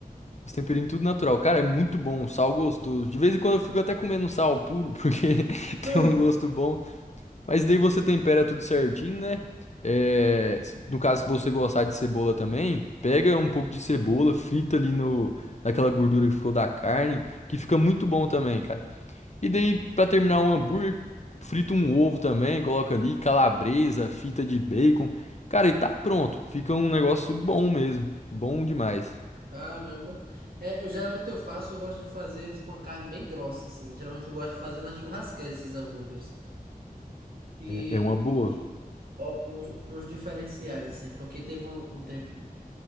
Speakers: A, on the left; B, on the right.
A: Os temperinhos tudo natural. Cara, é muito bom, um sal gostoso. De vez em quando eu fico até comendo um sal puro, porque <laughs> tem
B: Hum.
A: um gosto bom. Mas daí
B: Uhum.
A: você tempera tudo certinho, né? É, s- no caso, se você gostar de cebola também, pega um pouco de cebola, frita ali no, naquela gordura que ficou da carne, que fica muito
B: Uhum.
A: bom também, cara. E daí, pra terminar um hambúrguer, frita um ovo também, coloca ali calabresa, fita de bacon. Cara, e tá pronto. Fica um negócio bom mesmo. Bom demais.
B: Caramba. É, eu geralmente eu faço, eu gosto de fazer eles com a carne bem grossa, assim. Geralmente eu gosto de fazer na churrasqueira esses hambúrgueres. E,
A: É, é uma boa.
B: e ó, uns, uns diferenciais, assim, porque teve um, um tempo,